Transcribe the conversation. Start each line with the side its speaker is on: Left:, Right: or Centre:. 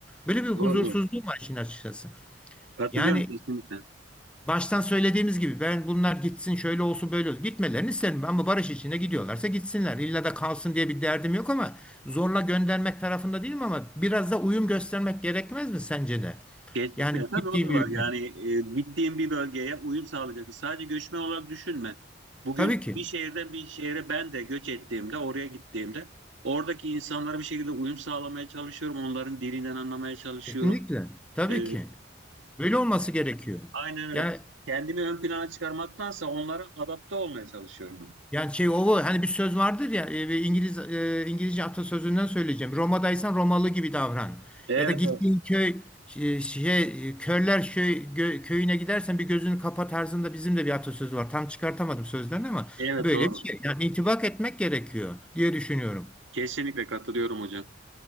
Centre: Böyle bir huzursuzluğum
Right: doğru, doğru.
Centre: var işin açıkçası.
Right: Katılıyorum
Centre: Yani
Right: kesinlikle.
Centre: baştan söylediğimiz gibi ben bunlar gitsin şöyle olsun böyle olsun. Gitmelerini isterim ama barış içinde gidiyorlarsa gitsinler. İlla da kalsın diye bir derdim yok ama zorla göndermek tarafında değilim ama biraz da uyum göstermek gerekmez mi sence de?
Right: Kesinlikle
Centre: Yani
Right: tabii
Centre: gittiği
Right: o da
Centre: bir
Right: var. Yani
Centre: ülkede.
Right: e, gittiğin bir bölgeye uyum sağlayacaksın. Sadece göçmen olarak düşünme. Bugün
Centre: Tabii ki.
Right: bir şehirden bir şehre ben de göç ettiğimde, oraya gittiğimde oradaki insanlara bir şekilde uyum sağlamaya çalışıyorum. Onların dilinden anlamaya çalışıyorum.
Centre: Kesinlikle. Tabii
Right: E,
Centre: ki. Böyle olması gerekiyor.
Right: aynen öyle.
Centre: Yani
Right: Kendimi ön plana çıkarmaktansa onlara adapte olmaya çalışıyorum.
Centre: Yani şey o bu. hani bir söz vardır ya e, ve İngiliz e, İngilizce atasözünden söyleyeceğim. Roma'daysan Romalı gibi davran.
Right: Evet,
Centre: Ya da gittiğin
Right: evet.
Centre: köy e, şey e, körler şey, gö- köyüne gidersen bir gözünü kapa tarzında bizim de bir atasözü var. Tam çıkartamadım sözlerini ama
Right: Evet,
Centre: böyle
Right: doğru.
Centre: bir şey. Yani intibak etmek gerekiyor diye düşünüyorum.
Right: Kesinlikle katılıyorum hocam.